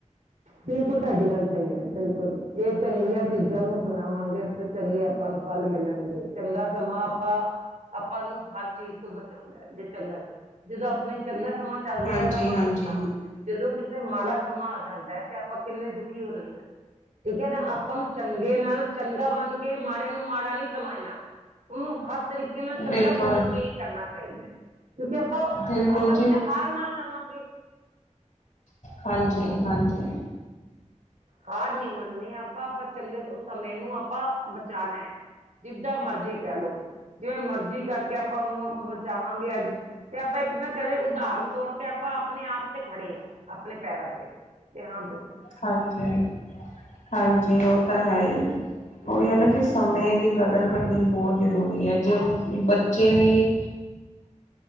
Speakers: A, on the right (about 80°); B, on the left (about 85°).
A: ਬਿਲਕੁਲ ਤੁਹਾਡੀ ਗੱਲ ਸਹੀ ਹੈ ਬਿਲਕੁਲ। ਜੇ ਚੰਗੀਆਂ ਚੀਜ਼ਾਂ ਨੂੰ ਅਪਣਾਉ ਵਾਂਗੇ ਤੇ ਚੰਗੇ ਆਪਾਂ ਨੂੰ ਫਲ ਮਿਲਣਗੇ। ਚੰਗਾ ਸਮਾਂ ਆਪਾਂ ਆਪਾਂ ਨੂੰ ਹਰ ਚੀਜ਼ ਤੋਂ ਬਚਾਉਂਦਾ ਹੈ ਜੇ ਚੰਗਾ। ਜਦੋਂ ਆਪਣੇ ਚੰਗਾ ਸਮਾਂ ਚੱਲ
B: ਹਾਂਜੀ
A: ਰਿਹਾ ਤੇ ਆਪਾਂ
B: ਹਾਂਜੀ
A: ਖੁਸ਼ ਹਾਂ। ਜਦੋਂ ਕਿਤੇ ਮਾੜਾ ਸਮਾਂ ਆ ਜਾਂਦਾ ਹੈ ਤੇ ਆਪਾਂ ਕਿੰਨੇ ਦੁਖੀ ਹੋ ਜੱਨੇ ਠੀਕ ਹੈ ਨਾ। ਆਪਾਂ ਨੂੰ ਚੰਗੇ ਨਾਲ ਚੰਗਾ ਬਣ ਕੇ, ਮਾੜੇ ਨੂੰ ਮਾੜਾ ਨਹੀਂ ਸਮਝਣਾ। ਉਹ ਹਰ ਤਰੀਕੇ ਨਾਲ ਚੰਗਾ
B: ਬਿਲਕੁਲ
A: ਸਮਝ ਕੇ ਹੀ ਕਰਨਾ ਚਾਹੀਦਾ ਹੈ। ਕਿਉਂਕਿ ਆਪਾਂ-ਆਪਾਂ
B: ਬਿਲਕੁਲ
A: ਨੀ ਤੇ ਹਾਰ ਮੰਨ ਲਵਾਂਗੇ।
B: ਹਾਂਜੀ-ਹਾਂਜੀ।
A: ਹਾਰ ਨੀ ਮੰਨੀ ਆਪਾਂ ਪ ਚੰਗੇ ਸਮੇਂ ਨੂੰ ਆਪਾਂ ਬਚਾਉਣਾ ਹੈ। ਜਿੱਦਾਂ ਮਰਜ਼ੀ ਕਹਿ ਲਓ। ਜਿਵੇਂ ਮਰਜ਼ੀ ਕਰਕੇ ਆਪਾਂ ਉਹਨਾਂ ਨੂੰ ਬਚਾਵਾਂਗੇ ਅੱਜ। ਤੇ ਆਪਾਂ ਇੱਕ ਨਾ ਕਦੇ ਉਦਾਹਰਣ ਤੌਰ ਤੇ ਆਪਾਂ ਆਪਣੇ ਆਪ ਤੇ ਖੜੇ ਹਾਂ, ਆਪਣੇ ਪੈਰਾਂ ਤੇ। ਤੇ ਹਾਂ ਬਈ
B: ਹਾਂਜੀ-ਹਾਂਜੀ। ਹਾਂਜੀ, ਉਹ ਤਾਂ ਹੈ ਹੀ। ਉਹੀ
A: ਬਿਲਕੁਲ
B: ਹੈ ਨਾ ਕਿ ਸਮੇਂ ਦੀ ਕਦਰ ਕਰਨੀ ਬਹੁਤ ਜ਼ਰੂਰੀ ਹੈ, ਜੇ ਬੱਚੇ ਵੀ